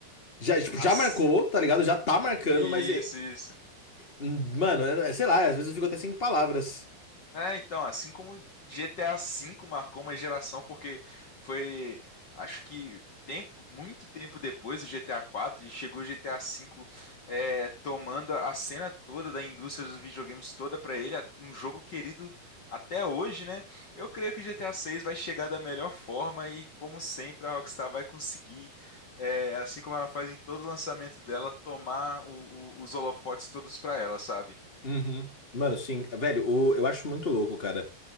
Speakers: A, on the left; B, on the left.
A: já, tipo,
B: as
A: já marcou, tá ligado? Já tá marcando,
B: Isso,
A: mas, é-
B: isso.
A: hum, mano, é- sei lá, às vezes eu fico até sem palavras.
B: É, então, assim como GTA V marcou uma geração, porque foi, acho que tempo, muito tempo depois do GTA IV, e chegou o GTA V é, tomando a cena toda da indústria dos videogames toda pra ele, um jogo querido até hoje, né? Eu creio que o GTA VI vai chegar da melhor forma e, como sempre, a Rockstar vai conseguir, é, assim como ela faz em todo lançamento dela, tomar o- o- os holofotes todos pra ela, sabe?
A: Uhum. Mano, sim, velho, o- eu acho muito louco, cara.